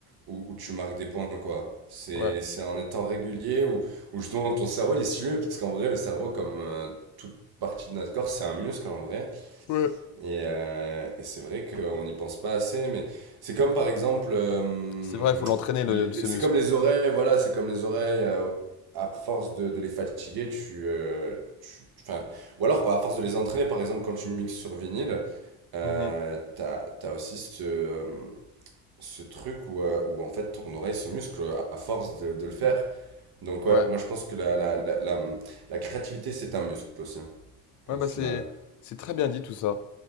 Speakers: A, on the right; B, on the left.
A: où, où tu marques des points, quoi. C'est,
B: ouais.
A: c'est en étant régulier où, où justement ton cerveau il est stimulé, parce qu'en vrai, le cerveau, comme euh, toute partie de notre corps, c'est un muscle en vrai.
B: Ouais.
A: Et, euh, et c'est vrai qu'on n'y pense pas assez, mais c'est comme par exemple, euh,
B: C'est vrai, il faut l'entraîner le,
A: les-
B: le-
A: les-
B: ce
A: c'est
B: muscle.
A: comme les oreilles, voilà, c'est comme les oreilles, euh, à force de, de les fatiguer, tu, euh, tu, tu- 'fin, ou alors à force de les entraîner, par exemple, quand tu mixes sur vinyle, euh,
B: Mhm,
A: t'as, t'as aussi ce, euh, ce truc où, euh, où en fait ton oreille se muscle à force de, de le faire. Donc ouais,
B: ouais.
A: moi je pense que la, la, la, la, la créativité c'est un muscle aussi,
B: Ouais,
A: au
B: bah
A: final.
B: c'est c'est très bien dit tout ça.